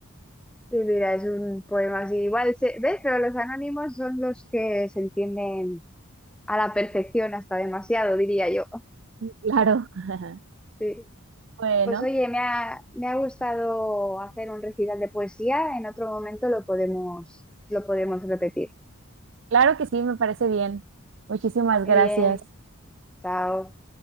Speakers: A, in the centre; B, on the right.
A: Sí, mira, es un poema así. Igual, se... ¿ves? Pero los anónimos son los que se entienden a la perfección, hasta demasiado, diría yo.
B: Claro, <laughs>
A: Sí.
B: bueno,
A: Pues oye, me ha, me ha gustado hacer un recital de poesía. En otro momento lo podemos, lo podemos repetir.
B: claro que sí, me parece bien. Muchísimas
A: Muy
B: gracias.
A: bien. Chao.